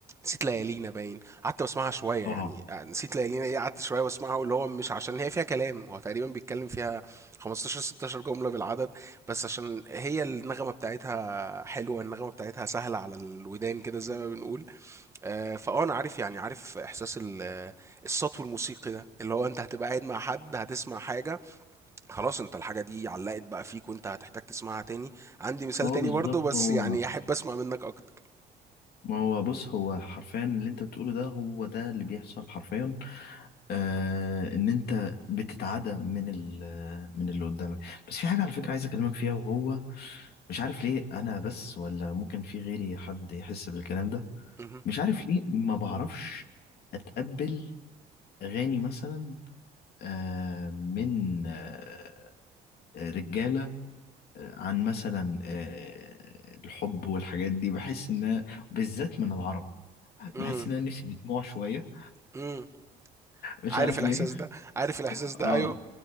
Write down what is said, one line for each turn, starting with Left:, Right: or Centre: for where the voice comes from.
Right: نسيت ليالينا باين قعدت بسمعها شويه
Left: اه
Right: يعني نسيت ليالينا ايه قعدت شويه بسمعها واللي هو مش عشان هي فيها كلام هو تقريبا بيتكلم فيها 15 16 جمله بالعدد بس عشان هي النغمه بتاعتها حلوه النغمه بتاعتها سهله على الودان كده زي ما بنقول آه، فاه انا عارف يعني عارف احساس ال- آه، السطو الموسيقي ده اللي هو انت هتبقى قاعد مع حد هتسمع حاجه خلاص انت الحاجه دي علقت بقى فيك وانت هتحتاج تسمعها تاني عندي مثال
Left: ما هو
Right: تاني
Left: بالظبط
Right: برضه بس
Left: هو
Right: يعني احب اسمع منك اكتر
Left: ما هو بص هو حرفيا اللي انت بتقوله ده هو ده اللي بيحصل حرفيا آه ان انت بتتعدى من ال من اللي قدامك بس في حاجة على فكرة عايز اكلمك فيها وهو مش عارف ليه انا بس ولا ممكن في غيري حد يحس بالكلام ده
Right: مهم.
Left: مش عارف ليه ما بعرفش اتقبل اغاني مثلا آه، من آه، رجاله آه، عن مثلا آه، الحب والحاجات دي بحس ان أنا- بالذات من العرب
Right: مم.
Left: بحس ان انا نفسي بدموع شويه
Right: مم.
Left: مش
Right: عارف
Left: عارف
Right: الاحساس
Left: ليه
Right: ده عارف الاحساس ده
Left: اه
Right: ايوه